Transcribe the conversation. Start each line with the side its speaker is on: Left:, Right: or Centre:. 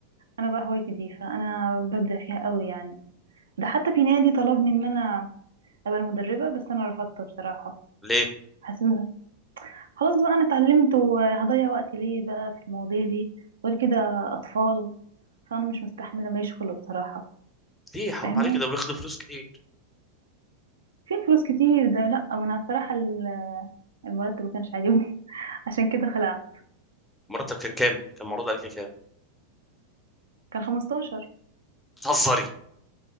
Right: انا بقى هوايتي دي فانا ببدع فيها قوي يعني ده حتى في نادي طلبني ان انا ابقى المدربة بس انا رفضت بصراحة
Centre: ليه
Right: حسيت إن خلاص بقى انا اتعلمت وهضيع وقتي ليه بقى في المواضيع دي غير كده اطفال فانا مش مستحملة ما يشغله بصراحة
Centre: ليه حرام
Right: فاهمني
Centre: عليك ده بياخدوا فلوس كتير
Right: فين فلوس كتير ده لا ما انا الصراحة ال- المرتب ما كانش عاجبني <laughs> عشان كده خلعت
Centre: مرتب كان كام كان معروض عليك كام
Right: كان 15
Centre: بتهزري